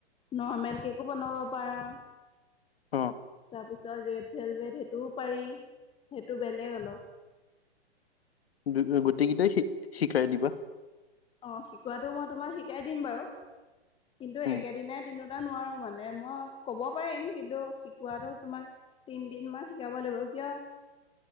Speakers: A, on the left; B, on the left.
A: নৰ্মেল কেকো বনাব পাৰা।
B: অ
A: তাৰপিছত ৰেড ভেল ভেট সেইটোও পাৰি সেইটো বেলেগ অলপ-
B: দুই গোটেইকেইটাই শিক শিকাই দিবা।
A: অ শিকোৱাটো মই তোমাক শিকাই দিম বাৰু কিন্তু
B: উম
A: একেদিনাই দিনত- নোৱাৰো মানে মই ক'ব পাৰিম কিন্তু শিকোৱাটো তোমাক- তিনিদিন মান শিকাব লাগিব কিয়।